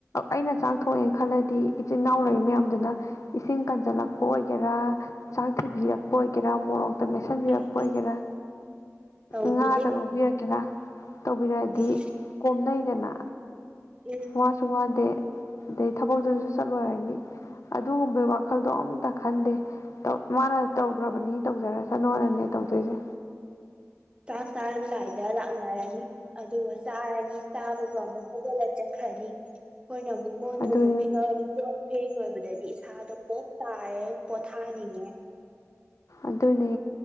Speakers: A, on the left; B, on the right.
A: ꯑꯩꯅ ꯆꯥꯛ ꯊꯣꯡꯉꯦ ꯈꯜꯂꯗꯤ ꯏꯆꯤꯟꯜ ꯏꯅꯥꯎ ꯂꯩ ꯃꯌꯥꯝꯗꯨꯅ ꯏꯁꯤꯡ ꯀꯟꯁꯤꯜꯂꯛꯄ ꯑꯣꯏꯒꯦꯔꯥ ꯏꯟꯁꯥꯡ ꯊꯩꯕꯤꯔꯛꯄ ꯑꯣꯏꯒꯦꯔꯥ ꯃꯣꯔꯣꯛ ꯃꯠꯁꯤꯟꯕꯤꯔꯛꯄ
B: ꯎꯝ ꯎꯝ
A: ꯑꯣꯏꯒꯦꯔꯥ
B: ꯇꯧꯕꯤꯗꯦ
A: ꯉꯥꯗ ꯉꯧꯕꯤꯔꯛꯀꯦꯔꯥ ꯇꯧꯕꯤꯔꯛꯑꯗꯤ
B: ꯎꯝ
A: ꯀꯣꯝꯅꯩꯗꯅ
B: ꯎꯝ
A: ꯋꯥꯁꯨ ꯋꯥꯗꯦ ꯑꯗꯩ ꯊꯕꯛꯇꯨꯁꯨꯁꯨ ꯆꯠꯂꯣꯏꯔꯅꯤ ꯑꯗꯨꯒꯨꯝꯕꯒꯤ ꯋꯥꯈꯜꯗꯣ ꯑꯝꯇ ꯈꯟꯗꯦ ꯧ ꯃꯥꯅ ꯇꯧꯈ꯭ꯔꯕꯅꯤ ꯇꯧꯖꯔꯁꯅꯣꯅꯅꯦ ꯇꯧꯗꯣꯏꯁꯦ
B: ꯆꯥꯛ ꯆꯥꯔꯝꯗꯥꯏꯗ ꯂꯥꯛꯅꯔꯅꯤ ꯑꯗꯨꯒ ꯆꯥꯔꯅꯤ ꯆꯥꯕꯒ ꯑꯃꯨꯛ ꯆꯠꯂ ꯆꯠꯈ꯭ꯔꯅꯤ ꯑꯩꯈꯣꯏꯅ ꯑꯃꯨꯛ ꯀꯣꯟꯗꯣ
A: ꯑꯗꯨꯅꯦ
B: ꯑꯃꯨꯛ ꯐꯦꯡꯉꯛꯑꯅꯤ ꯀꯣꯟ ꯐꯦꯡ ꯂꯣꯏꯕꯗꯗꯤ ꯏꯁꯥꯗꯣ ꯀꯣꯞ ꯇꯥꯔꯦ ꯄꯣꯊꯥꯅꯤꯡꯉꯦ
A: ꯑꯗꯨꯅꯦ